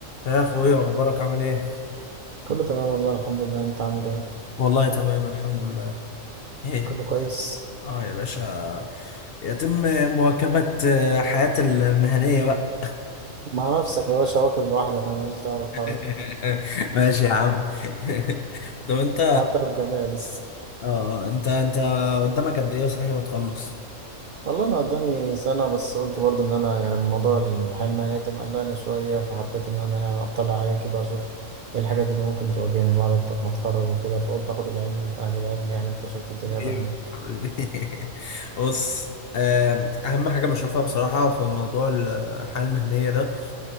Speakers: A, on the left (about 60°); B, on the right (about 60°).
A: يا اخويا اخبارك عامل ايه
B: كله تمام والله الحمد لله انت عامل ايه
A: والله تمام الحمد لله ايه
B: كله كويس
A: اه يا باشا يتم مواكبة آه، حياتي المهنية بقى
B: مع نفسك يا باشا واكب لوحدك انا ماليش دعوه بالحوارات
A: <laughs>
B: دي
A: ماشي يا عم <laughs> طب انت
B: حتى لو بجامعة لسه
A: اه انت انت قدامك قد ايه صحيح وتخلص
B: والله انا قدامي سنه بس قلت برضه ان انا يعني موضوع الحياه المهنيه ده مقلقني شويه فحبيت ان انا يعني اطلع عليه كده اشوف ايه الحاجات اللي ممكن تواجهني بعد الت- ما اتخرج وكده فقلت اخد العلم من اهل العلم يعني انت شفت الدنيا
A: حبيبي
B: بعينيك
A: حبيبي. <laughs> بص آم، اهم حاجة بشوفها بصراحة في موضوع الحياة المهنية ده